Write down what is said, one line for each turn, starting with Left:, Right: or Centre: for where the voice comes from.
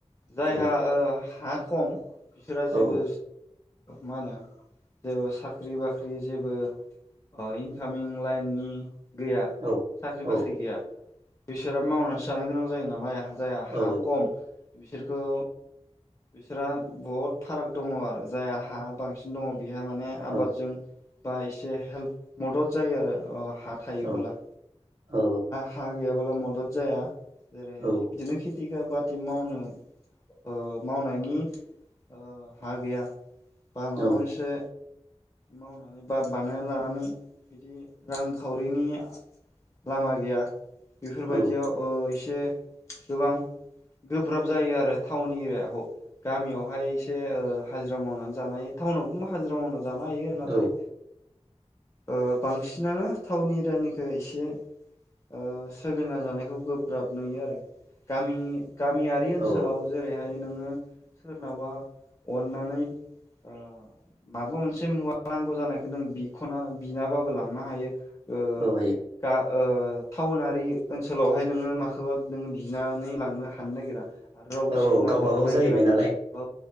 Left: जायहा
Right: औ
Left: ओ हा खम, बिसा जेबो
Right: औ
Left: मा होनो जेबो साख्रि बाख्रि जेबो, ओ इनकामिं लाइननि, गैया
Right: औ
Left: साख्रि बाख्रि
Right: औ
Left: गैया बिसोरा मावनानैसो जानो गोनां जायो नालाय जाय
Right: औ
Left: हा खम बिसोरखौ, बिसोरहा बहुद फाराग दङ आरो जाया, हा बांसिन दङ बेहा माने आबादजों
Right: औ
Left: बा एसे हेल्प मदद जायो आरो अ हा थायोब्ला
Right: औ औ
Left: हागैयाबाला मदद जाया, जेरैहाय
Right: औ
Left: बिदिनो खेथि बाथि मावनो, ओ मावनायनि ओ हा गैया बा माबा
Right: औ
Left: मोनसे, मावनानै बा बानायना लानानै बिदि रांखावरिनि लामा गैया बेफोरबायदियाव
Right: औ
Left: ओ एसे गोबां गोब्राब जायो आरो टाउन एरियाखौ गामियावहाय एसे ओ हाजिरा मावनानै जानाय टाउनावबो हाजिरा मावना जानो हायो नाथाय
Right: औ
Left: ओ बांसिनानो टाउन एरियानिखौ एसे, ओ सोलिना जानायखौ गोब्राब नुयो आरो गामि गामियारि ओनसोलाव
Right: औ
Left: जेरैहाय, नोङो सोरनावबा अननानै ओ माबा मोनसे मुवा नांगौ जानायखौ नों बिख'ना बिनाबाबो लांनो हायो। ओ
Right: औ हायो
Left: गा ओ टाउनारि ओनसोलावहाय नोङो माखौबा नोङो बिनानै लांनो हानो नागिरा। आरो रावबो
Right: औ
Left: सुबुंङा
Right: औ गावबा
Left: हरनो
Right: गाव
Left: नागिरा।
Right: जाहैबाय नालाय
Left: औ